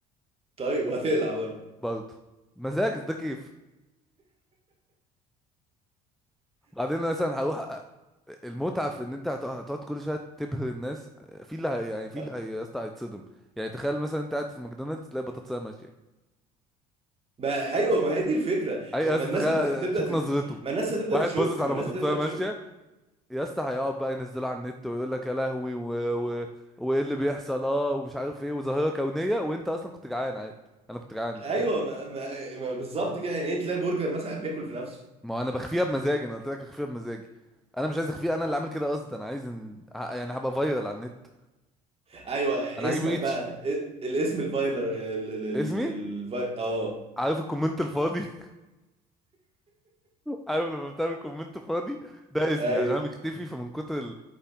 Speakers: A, on the right; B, in the centre.
A: طيب وهتقلع برضه
B: برضه مزاج ده كيف بعدين أنا مثلا هروح أ- المتعه في ان انت هت- هتقعد كل شويه تبهر الناس في اللي هي يعني في
A: أه.
B: اللي هي يا اسطى هيتصدم يعني تخيل مثلا انت قاعد في ماكدونالدز تلاقي بطاطسايه ماشيه
A: ما ايوه ما هي دي الفكره
B: اي
A: ما
B: يا اسطى
A: الناس
B: تخيل
A: هت... هتبدا
B: تشوف
A: تت...
B: نظرته
A: ما الناس هتبدا
B: واحد
A: تشك
B: باصص على
A: ما الناس
B: بطاطسايه
A: هتبدا
B: ماشيه
A: تشك
B: يا اسطى هيقعد بقى ينزله على النت ويقول لك يا لهوي و... و... وايه اللي بيحصل اه ومش عارف ايه وظاهره كونيه وانت اصلا كنت جعان عادي انا كنت جعان مفيش
A: ايوه
B: حاجه
A: ما, ما... ما بالظبط كده يعني ايه تلاقي برجر مثلا قاعد بياكل في نفسه
B: ما هو انا بخفيها بمزاجي انا قلت لك اخفيها بمزاجي انا مش عايز اخفيها انا اللي عامل كده قصدا انا عايز ان... ه- يعني هبقى فايرال على النت
A: ايوه اسمك
B: انا هجيب ريتش
A: بقى ال- الاسم الفايلر ال ال ال
B: اسمي
A: الفاي... اه
B: عارف الكومنت الفاضي <laughs> عارف لما بتعمل كومنت فاضي ده اسمي
A: ايوه
B: عشان انا مختفي فمن كتر ال...